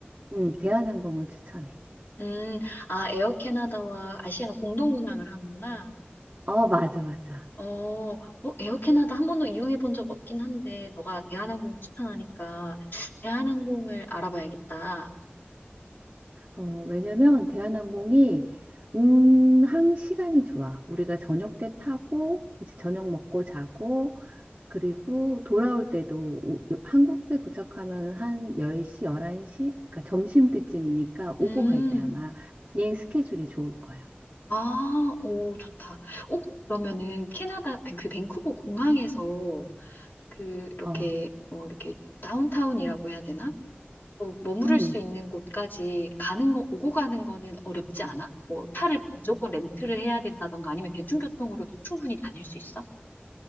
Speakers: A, on the right; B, on the left.
A: 음, 대한항공을 추천해.
B: 음, 아, 에어 캐나다와 아시아나 공동 운항을 하는구나.
A: 어, 맞아, 맞아.
B: 어, 어, 에어 캐나다 한 번도 이용해 본 적 없긴 한데, 너가 대한항공 추천하니까 대한항공을 알아봐야겠다.
A: 어, 왜냐면 대한항공이 운항 시간이 좋아. 우리가 저녁 때 타고 이제 저녁 먹고 자고 그리고 돌아올 때도 오- 요- 한국에 도착하면 한 10시, 11시? 그러니까 점심 때쯤이니까 오고
B: 음,
A: 갈 때 아마 비행 스케줄이 좋을 거야.
B: 아, 오, 좋다. 어, 그러면은 캐나다 그 밴쿠버 공항에서 그 이렇게
A: 어,
B: 뭐 이렇게 다운타운이라고 해야 되나? 뭐 머무를
A: 음.
B: 수 있는 곳까지 가는 거, 오고 가는 거는 어렵지 않아? 뭐 차를 무조건 렌트를 해야 된다던가 아니면 대중교통으로도 충분히 다닐 수 있어?